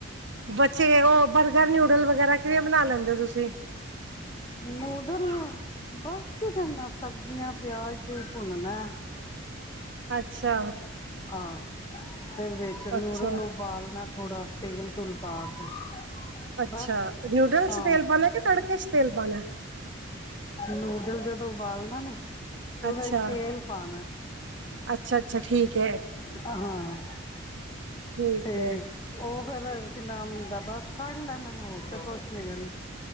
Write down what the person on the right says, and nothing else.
ਬੱਚੇ। ਬਰਗਰ, ਨਿਊਡਲ ਵਗੈਰਾ ਕਿਵੇਂ ਬਨਾ ਲੈਂਦੇ ਓ ਤੁਸੀ?
ਅੱਛਾ।
ਅੱਛਾ
ਅੱਛਾ,
ਨੂਡਲਸ
ਚ ਤੇਲ ਪਾਨੈ, ਕੇ ਤੜਕੇ ਚ ਤੇਲ ਪਾਨਾ।
ਅੱਛਾ
ਅੱਛਾ ਅੱਛਾ ਠੀਕ ਹੈ
ਠੀਕ
ਹੈ